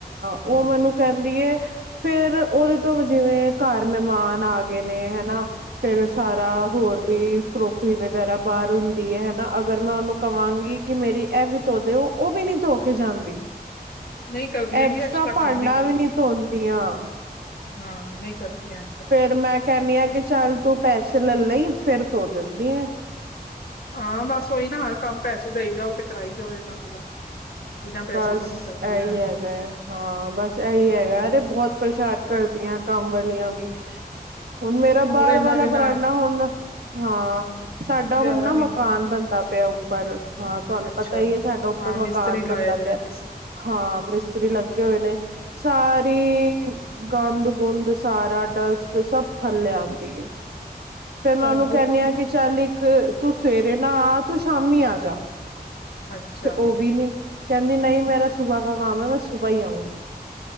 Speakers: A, on the left; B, on the right.
A: ਹਾਂ।
B: ਉਹ ਮੈਨੂੰ ਕਹਿੰਦੀ ਏ ਫੇਰ ਓਦੇ ਤੋਂ ਜਿਵੇਂ ਘਰ ਮਹਿਮਾਨ ਆ ਗਏ ਨੇ ਹੈਨਾ ਫੇਰ
A: ਹਮ
B: ਸਾਰਾ ਹੋਰ ਵੀ ਕਰੋਕਰੀ ਵਗੈਰਾ ਬਾਹਰ ਹੁੰਦੀ ਐ ਹੈਨਾ ਅਗਰ ਮੈਂ ਓਨੂੰ ਕਵਾਂਗੀ ਕਿ ਮੇਰੀ ਏਹ ਵੀ ਧੋ ਦਿਓ ਉਹ ਵੀ ਨੀ ਧੋ ਕੇ ਜਾਂਦੀ,
A: ਨਹੀਂ ਕਰਦੀਆਂ
B: ਐਕਸਟਰਾ
A: ਜੀ
B: ਭਾਂਡਾ
A: ਕੰਮ ਨਹੀਂ ਕਰਦੀਆਂ
B: ਵੀ ਨਈ ਧੋਂਦੀਆਂ।
A: ਹਾਂ ਐਵੇਂ ਈ ਕਰਦੀਆ।
B: ਫੇਰ ਮੈਂ ਕਹਿਨੀ ਆ ਕਿ ਚੱਲ ਤੂੰ ਪੈਸੇ ਲੈ ਲਈ ਫੇਰ ਧੋ ਦੇਂਦੀ ਐ।
A: ਹਾਂ ਬਸ ਉਈ ਨਾ ਹਰ ਕੰਮ ਪੈਸੇ ਦੇਈ ਜਾਓ ਤੇ ਕਰਾਈ ਜਾਓ ਏਨਾਂ ਕੋਲੋਂ। ਬਿਨਾਂ ਪੈਸੇ
B: ਬਸ
A: ਤੋਂ ਨੀ ਕਰਦੀ
B: ਇਹੀ
A: ਐਂ।
B: ਹੈਗਾ ਹੈ, ਹਾਂ ਬਸ ਏਹੀ ਹੈਗਾ ਅਰੇ ਬਹੁਤ ਪਰੇਸ਼ਾਨ ਕਰਦੀਆਂ ਕੰਮ ਵਾਲੀਆ ਵੀ। ਹੁਣ ਮੇਰਾ
A: ਹੋਰ
B: ਬਾਹਰ
A: ਇਹਨਾਂ
B: ਵਾਲਾ
A: ਬਿਨਾਂ
B: ਬਰਾਂਡਾ ਹੁਨ, ਹਾਂ ਸਾਡਾ
A: ਗੁਜ਼ਾਰਾ
B: ਹੁਨ ਨਾ ਮਕਾਨ
A: ਵੀ ਨੀ
B: ਬਣਦਾ ਪਿਆ ਉ ਉਪਰ ਹਾਂ ਤੁਆਨੂੰ
A: ਅੱਛਾ
B: ਪਤਾ ਈ ਐ ਸਾਡਾ ਉੱਪਰ
A: ਹਾਂ
B: ਮਕਾਨ
A: ਮਿਸਤਰੀ
B: ਬਣਦਾ
A: ਲਾਏ ਦੇ
B: ਪਿਆ
A: ਨੇ ਤੁਸੀਂ
B: ਹਾਂ ਮਿਸਤਰੀ ਲੱਗੇ ਹੋਏ ਨੇ। ਸਾਰੀ ਗੰਦ-ਗੁੰਦ ਸਾਰਾ ਡਸਟ ਸਬ ਥੱਲੇ ਆਂਦੀ ਏ। ਫੇਰ ਮੈਂ
A: ਆਹੋ
B: ਓਨੂੰ ਕਹਿਨੀ
A: ਤੇ
B: ਆ ਕਿ ਚੱਲ ਇੱਕ, ਤੂੰ ਸਵੇਰੇ ਨਾ ਆ ਤੂੰ ਸ਼ਾਮੀ ਆ ਜਾ
A: ਅੱਛਾ
B: ਤੇ ਓ ਵੀ ਨੀ, ਕਹਿੰਦੀ ਨਈਂ ਮੇਰਾ ਸੁਬਾਹ ਕਾ ਕੰਮ ਐ ਮੈਂ ਸੁਬਾਹ ਈ ਆਊਂਗੀ।